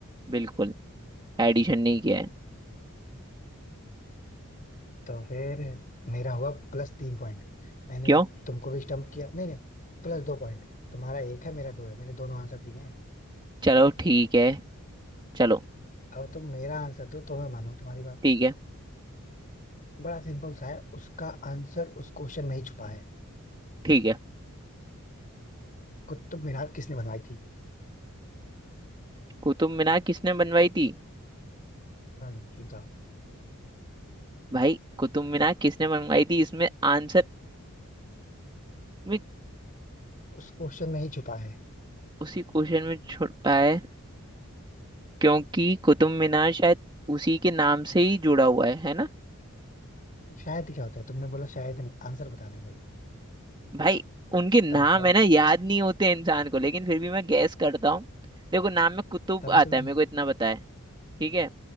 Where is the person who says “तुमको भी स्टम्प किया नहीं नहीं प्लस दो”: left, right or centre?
Left